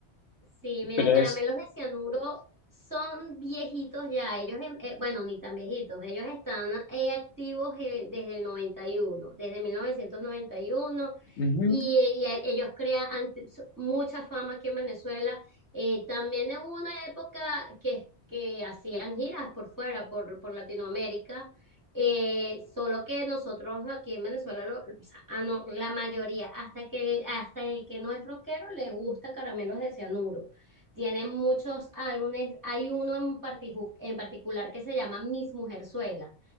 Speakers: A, on the right; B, on the left.
A: Sí, mira,
B: Pero
A: caramelos
B: es.
A: de cianuro son viejitos ya. Ellos, em- eh, bueno, ni tan viejitos. Ellos están eh, activos eh, desde el 91, desde mil novecientos noventa Y, uno
B: Ujú.
A: y y a- ellos crean antes- mucha fama aquí en Venezuela. Eh, también hubo una época que, que hacían giras por fuera, por, por Latinoamérica. Eh, solo que nosotros aquí en Venezuela Ah, no, la mayoría, hasta que el, hasta el que no es rockero le gusta Caramelos de Cianuro. Tiene muchos álbumes, hay uno en, partiju- en particular que se llama Mis Mujerzuela.